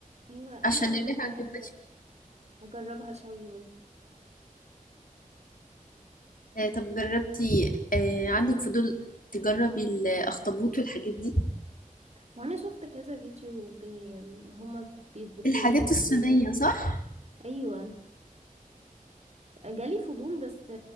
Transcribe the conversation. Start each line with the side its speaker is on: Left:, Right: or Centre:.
Right: ايوه
Left: عشان
Right: انا كمان
Left: الريحة
Right: عايزه
Left: ما تبقاش
Right: اجربها شوي
Left: آه طب جربتي آه عندك فضول تجربي الأخطبوط والحاجات دي
Right: وانا شفت كذا فيديو بي... يعني هما بيطبخوه
Left: الحاجات
Right: وبياكلوه
Left: الصينية صح؟
Right: ايوه جالي فضول بس